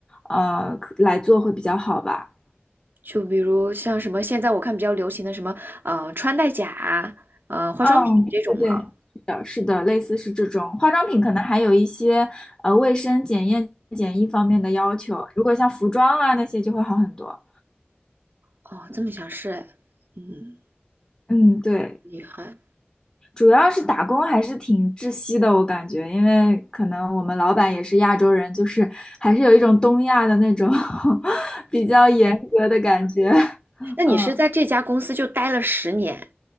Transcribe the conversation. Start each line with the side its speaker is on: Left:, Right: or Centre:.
Left: 呃，可来做会比较好吧。
Right: 就比如像什么，现在我看比较流行的什么，呃，穿戴甲，呃，化妆品这种嘛。
Left: 嗯，对对对，是的，是的，类似是这种化妆品，可能还有一些呃卫生检验检疫方面的要求，如果像服装啊那些就会好很多。
Right: 哦，这么想是哎，嗯，
Left: 嗯，对。
Right: 厉害。
Left: 主要是打工还是挺窒息的，我感觉，因为可能我们老板也是亚洲人，就是还是有一种东亚的那种 <laughs> 比较严格的感觉。
Right: 那你是在这家公司就待了十年
Left: 嗯，